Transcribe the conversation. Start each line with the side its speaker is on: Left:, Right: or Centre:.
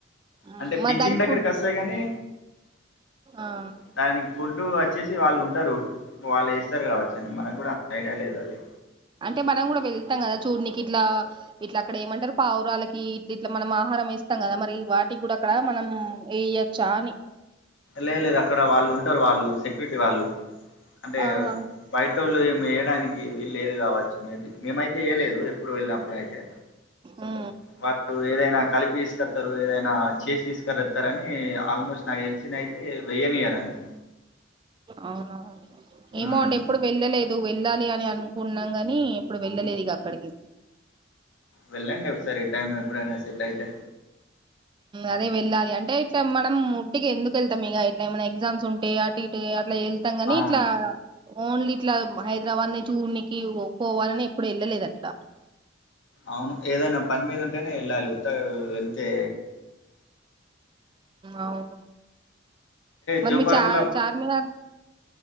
Right: మ్మ్.
Left: అంటే
Right: మరి
Left: పించిగ్
Right: దానికి
Left: దగ్గరకి
Right: ఫుడ్
Left: అస్తయి కానీ
Right: ఆ
Left: దానికి ఫుడ్డు వచ్చేసి వాళ్ళు ఉంటరు, వాళ్ళు ఏస్తరు కావచ్చు అండి మనకు కూడా ఐడియా లేదు అది.
Right: అంటే మనం కూడా వెళ్తాం కదా చూడ్నికి ఇట్లా ఇట్లా, అక్కడ ఏమంటరు పావురాలకి ఇ ఇట్లా మనం ఆహా హారం ఎస్తం కదా మరి వాటికి కూడా అక్కడ మనం ఎయ్యోచ్చా అని.
Left: లేదు లేదు అక్కడ వాళ్ళు ఉంటరు వాళ్ళు సె క్యూరిటి వాళ్ళు అంటే
Right: ఆహా
Left: బయటోళ్ళు ఏమి ఏయడానికి వీలు లేదు కావచ్చు. మే బి మేమైతే ఏయలేదు ఎప్పుడు వెళ్ళినప్పుడు అయితే.
Right: ఆ
Left: వాళ్ళు ఏదైనా కలిపి తీసుకత్తరు, ఏదైనా చేసి తీసుకరత్తరు అని ఆల్మోస్ట్ నాకు తెలి సినయితే వెయ్యనియరండి.
Right: అవునా ఏమో
Left: మ్మ్
Right: అండి ఎప్పుడు వెళ్ళలేదు, వె వెళ్ళాలి అని అనుకున్నం కాని ఎప్పుడు వెళ్ళలేదు ఇగ అక్కడికి.
Left: వెళ్ళండి ఒకసారి టైమ్ ఎప్పుడైనా సెట్ అయితే.
Right: అదే వెళ్ళాలి అంటే ఇట్లా మనం ఉట్టికి ఎందుకు ఎళ్తం ఇగ ఇట్లా ఏమైనా ఎగ్జామ్స్ ఉంటే అటు ఇటు ఇట్లా ఎళ్తం కని
Left: అవును
Right: ఇట్లా ఓన్లీ ఇట్లా హైదరాబాద్నే చూన్నికి పోవాలని ఎప్పుడు ఎళ్ళలేదు అట్లా.
Left: అవును ఏదైనా పని మీద ఉంటనే ఎళ్ళాలి ఉత్తగ వెళ్తే
Right: అవును మరి
Left: జూ
Right: మీ
Left: పార్క్
Right: చా చార్మినార్